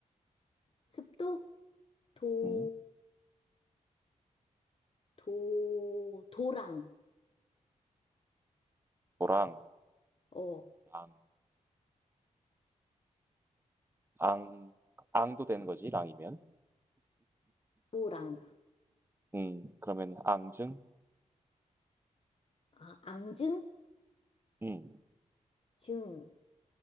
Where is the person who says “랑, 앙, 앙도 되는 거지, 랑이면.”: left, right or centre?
Right